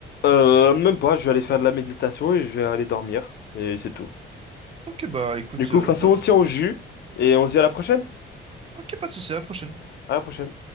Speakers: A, on the left (about 55°); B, on the right (about 30°).
A: Euh, même pas, je vais aller faire de la méditation et je vais aller dormir. Et c'est tout.
B: Ok, bah écoute,
A: Du coup,
B: euh,
A: de toute façon,
B: bah,
A: on se tient au jus. Et on se dit à la prochaine.
B: ok, pas de souci, à la prochaine.
A: À la prochaine.